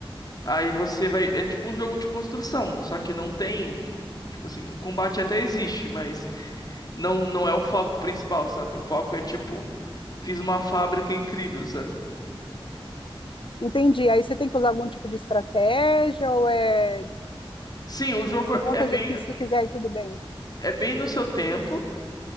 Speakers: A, on the left; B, on the left.
A: Aí você vai. É tipo um jogo de construção, só que não tem. Tipo assim, o combate até existe, mas não, não é o foco principal, sabe? O foco é tipo, fiz uma fábrica incrível, sabe?
B: Entendi. Aí você tem que usar algum tipo de estratégia ou é
A: Sim, o jogo
B: se
A: é,
B: monta
A: é bem,
B: do jeito que você quiser e tudo bem?
A: é bem no seu tempo,